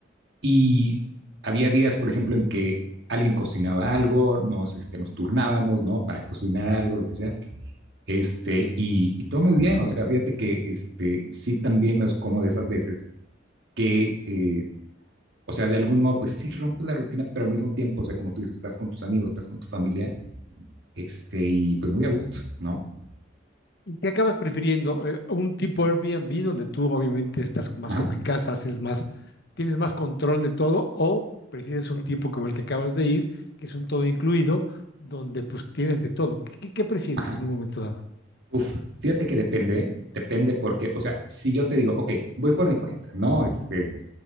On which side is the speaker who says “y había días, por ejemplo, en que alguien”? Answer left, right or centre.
Right